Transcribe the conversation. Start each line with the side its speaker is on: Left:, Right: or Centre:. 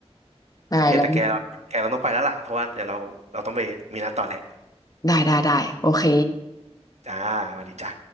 Left: ำได้แล้ว
Right: โอเคแต่แกเราแกเราต้องไปแล้วล่ะเพราะว่าเดี๋ยวเราเราต้องไปมีนัดต่อแหละ
Left: ได้ได้ได้โอเค
Right: จ้าสวัสดีจ้า